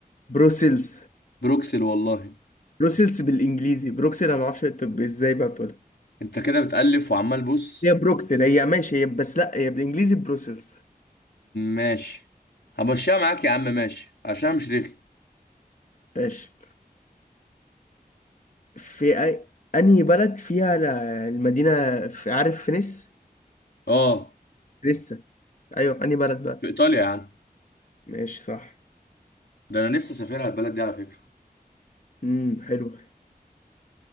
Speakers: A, on the left; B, on the left.
A: بروسلز
B: بروكسل والله
A: بروسلز بالانجليزي بروكسل انا ما اعرفش طب ازاي بقى بتقولها
B: انت كده بتألف وعمال بص
A: هي بروكسل هي ماشي هي بس لا هي بالانجليزي بروسلز
B: ماشي همشيها معاك يا عم ماشي عشان مش رخي
A: ماشي في أي... انهي بلد فيها ل- المدينة في عارف فينيس
B: اه
A: لسه ايوه في انهي بلد بقى
B: في ايطاليا يا عم
A: ماشي صح
B: ده انا نفسي اسافرها البلد دي على فكره
A: امم حلو